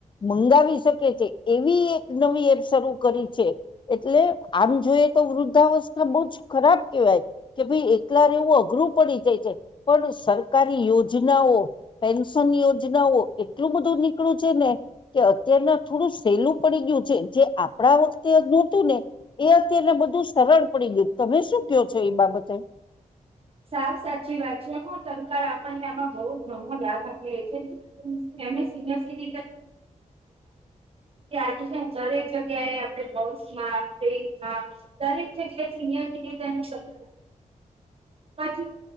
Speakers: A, on the left; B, on the right.
A: મંગાવી શકે છે એવી એક નવી એરસરૂું કરી છે એટલે આમ જોઈએ તો વૃદ્ધાવસ્થા બહુ જ ખરાબ કેવાય કે ભાઈ એકલા ર એવું અઘરું પડી જાય છે પણ સર સરકારી યોજનાઓ પ ન યોજનાઓ એટલું બધું નીકળ્યું છે ને કે અત્યાર ના થોડું સેલું પડી ગયું જે આપણા વખતે ન હતું ને એ અત્યને બધું સરળ પડી ગયું તમે શું કહો છો એ બાબત તો
B: સાવ સાચી વાત છે હ સરકાર આપણને આમાં બહ ઘણો લાભ આપી રહી છે સનય સ સેફ છે આજે દરેક જગ્યાએ આપ બસ ટનમાં દરેક જગ્યાએ સિયરટીન છ